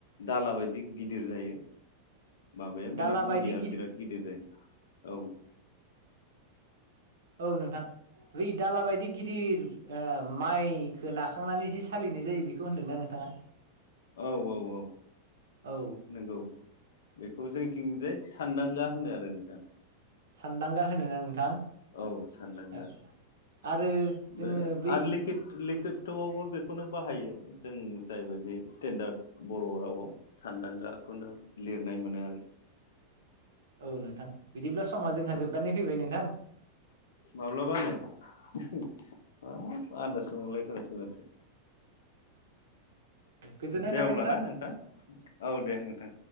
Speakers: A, on the left; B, on the right.
A: दाला बायदि गिदिर जायो जायो
B: दाला
A: बेनि बदिया
B: बायदि
A: बिराद गिदिर जायो औ
B: औ नोंथां। बै दाला बायदि गिदिर ओ माइखो नाखांनानै जि सालिनाय जायो बेखौ होनदोंना नोंथाङा?
A: औ औ औ
B: औ
A: नंगौ बेखौ जोंनिथिंजाय सानदांगा होनो आरो नोंथां
B: सानदांगा होनोना नोंथां
A: औ सानदांगा
B: औ आरो जोङो
A: बे
B: बै
A: आरो लिकुद लिकुइद बाथौआवबो बेखौनो बाहायो जों जायबायदि स्टेन्डार्ड बर रावआव सानदांगा बेखौनो लिरनाय मोनो आरो
B: औ नोंथां बिदिब्ला समा जोंहा
A: औ
B: जोबनानै फैबाय नोंथां
A: माब्लाबानो <unintelligible> आन्दाजबो मोनलायथारासो माथो
B: गोजोननाय
A: दे
B: थाबाय
A: अब्लाना नोंथां औ दे नोंथां